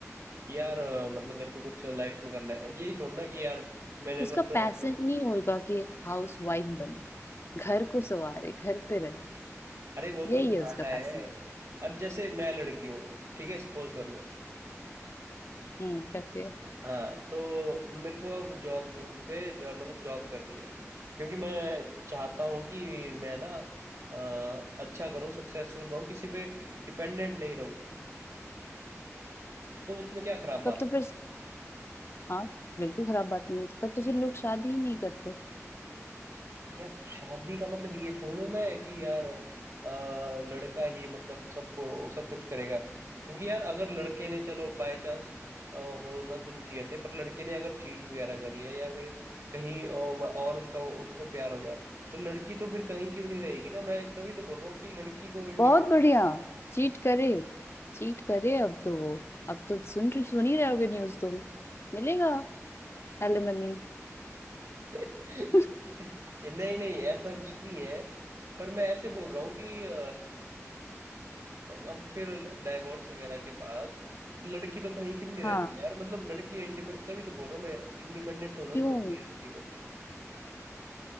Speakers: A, on the right; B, on the left.
A: कि यार अ, मतलब मेरे को कुछ लाइफ में करना है यही थोड़ा ना कि यार मैंने
B: उसका
A: बस
B: पैसन
A: अपने
B: नहीं होगा कि हाउस वाइफ बने घर को सवारे घर पे रहे
A: अरे वो तो
B: यही
A: तुम्हारा
B: है उसका
A: है
B: पैसन
A: अब जैसे मैं लड़की हूँ ठीक है सपोज कर लो
B: हम्म करती है
A: हाँ तो मेरे को अब जॉब जो पे मतलब जॉब करनी है क्योंकि मैं चाहता हूँ कि मैं ना अ, अच्छा करूँ सक्सेसफुल रहूँ किसी पे डिपेंडेंट नहीं रहूँ तो उसमें क्या खराब बात
B: तब तो फिर हाँ बिल्कुल खराब बात नहीं है तब तो फिर लोग शादी ही नहीं करते
A: यार शादी का मतलब ये थोड़ी ना है कि यार अ, लड़का ही मतलब सबको सब कुछ करेगा क्योंकि यार अगर लड़के ने चलो बाय चांस होना तो नहीं चाहिए ऐसे पर लड़के ने अगर चीट वगैरह कर लिया या फिर कहीं अ, और उसका उसको प्यार हो गया तो लड़की तो फिर कहीं क्यों नहीं रहेगी ना मैं तभी तो बोल रहा हूँ कि लड़की को इंडिपेंडेंट
B: बहुत बढ़िया चीट करे चीट करे अब तो वो अब तो सुन रही सुन ही रहे होगे न्यूज तुम मिलेगा एलिमनी
A: अरे
B: <laughs>
A: <laughs> नहीं नहीं ऐसा कुछ नहीं है पर मैं ऐसे बोल रहा हूँ कि अ, अब फिर डाइवोर्स वगैरह के बाद लड़की तो कहीं की भी नहीं
B: हाँ
A: रहती यार मतलब लड़की इंडिपेंडेंट तभी तो बोल रहा हूँ मैं इंडिपेंडेंट होना
B: क्यों
A: जरूरी है लड़की को